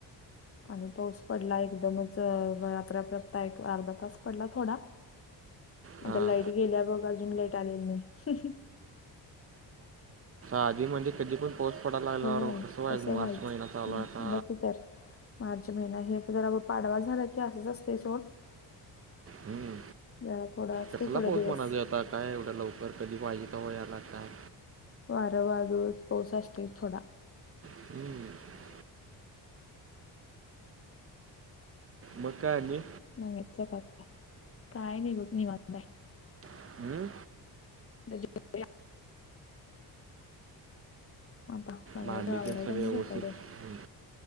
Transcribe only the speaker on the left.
आणि पाऊस पडला एकदमच रापराप एक अर्धा तास पडला थोडा
आता लाईट गेल्या बघं अजून लाईट आलेली नाही.
होय
व्हायचं
बघ की तर मार्च महिना हे जरा पाडवा झाला की असंच असतेय सोड.
जरा थोडा असते
थोडे
दिवस
वार वादुळचा पाऊस असतोय थोडा
नेहमीचा ताप आहे. काय नाही बघ निवांत आहे.
<unintelligible> आता. बघायचं
आवरायचं
आणि
झोपायचं.